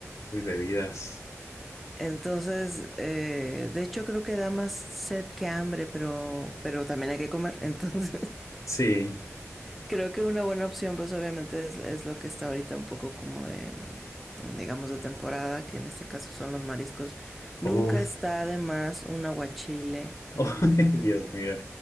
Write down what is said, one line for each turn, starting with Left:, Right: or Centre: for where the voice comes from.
Left: Uy, bebidas.
Centre: Entonces, eh, de hecho creo que da más sed que hambre, pero, pero también hay que comer, <laughs> entonces
Left: Sí.
Centre: Creo que una buena opción, pues obviamente es, es lo que está ahorita un poco como de, mm, digamos, de temporada, que en este caso son los mariscos. Nunca
Left: Uf.
Centre: está además un aguachile.
Left: Oh, <laughs> Dios mío,